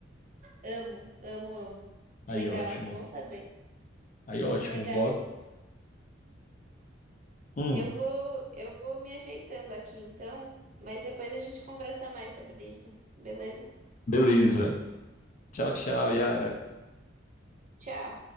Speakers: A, on the right (about 40°); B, on the left (about 40°).
A: Amo, amo, amo.
B: Aí,
A: Legal,
B: ótimo.
A: bom saber.
B: Aí ótimo,
A: Legal.
B: bora. Hum,
A: Eu vou, eu vou me ajeitando aqui então, mas depois a gente conversa mais sobre isso, beleza?
B: beleza. Tchau, tchau, Yara.
A: Tchau.